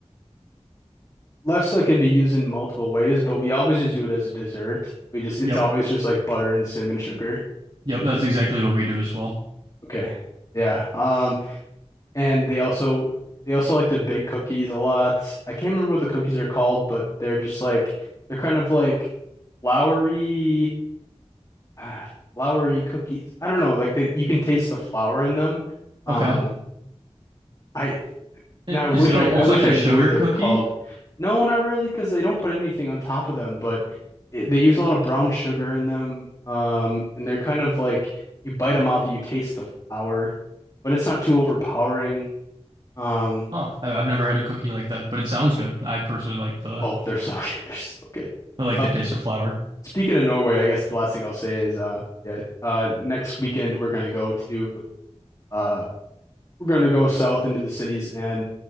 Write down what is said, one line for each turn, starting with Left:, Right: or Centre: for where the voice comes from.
Left: lefse can be used in multiple ways, but we always just do it as a dessert. We just it's
Right: Yep.
Left: always just like butter and cinnamon sugar.
Right: Yep. That's exactly what we do as well.
Left: Okay. Yeah. Um, and they also they also like to bake cookies a lot. I can't remember what the cookies are called, but they're just like they're kind of like floury ah, floury cookies. I don't know, like they, you can taste the flour in them. Um,
Right: Okay.
Left: I Now
Right: I-
Left: I wish
Right: Is it almost
Left: I I wish
Right: like
Left: I
Right: a
Left: knew
Right: sugar
Left: what they
Right: cookie?
Left: were called. No, not really, because they don't put anything on top of them, but it, they use a lot of brown sugar in them. Um, and they're kind of like you bite them off, you taste the flour, but it's not too overpowering. Um,
Right: Huh. I- I've never had a cookie like that, but it sounds good. I personally like the
Left: oh, they're so <laughs> good. They're so good.
Right: I like
Left: Uh,
Right: the taste of flour.
Left: speaking of Norway, I guess the last thing I'll say is uh yeah, uh next weekend we're gonna go to uh we're gonna go south into the cities and